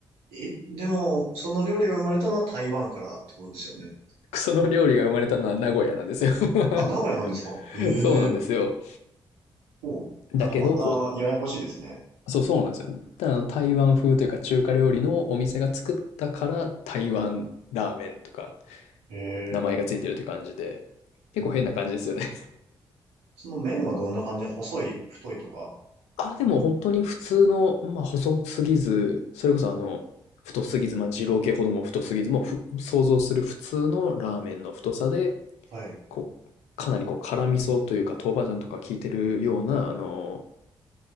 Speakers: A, on the right (about 90°); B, on the left (about 85°).
A: え、でも、その料理が生まれたのは台湾からってことですよね。
B: その料理が生まれたのは名古屋なんですよ
A: あ、名古屋なんですかええ
B: <laughs> そうなんですよ。
A: お、なんかまたややこしいですね。
B: だけど、こう、そう、そうなんですよ。ただあの、台湾風というか中華料理のお店が作ったから、台湾ラーメンとか、
A: ええ
B: 名前がついてるって感じで、結構変な感じですよね
A: ほうほうほうその麺はどんな感じなの細い、太いとか。
B: <laughs> あ、でも本当に普通の、まあ、細すぎず、それこそあの、太すぎず、まあ、二郎系ほども太すぎず、もうふ想像する普通のラーメンの太さで、
A: はい。
B: こう、かなりこう辛味噌というか、豆板醤とか効いてるような、あの、